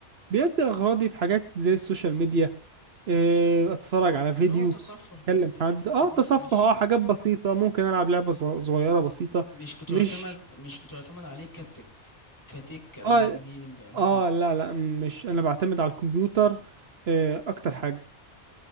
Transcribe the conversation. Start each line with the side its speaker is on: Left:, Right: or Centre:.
Right: بيدي اغراضي في حاجات زي السوشيال ميديا آه، اتفرج على فيديو
Left: اللي هو تصفح
Right: اكلم
Left: بس حاجة
Right: حد
Left: كده
Right: اه
Left: خفيف
Right: تصفح
Left: مش
Right: اه حاجات بسيطة ممكن العب لعبة صغ- صغيرة بسيطة
Left: مش بتعتمد
Right: مش
Left: مش بتعتمد عليك كت... كتك او
Right: اه
Left: انجينيرنج او
Right: اه
Left: حاجة
Right: لا لا مش انا بعتمد على الكمبيوتر آه اكتر حاجة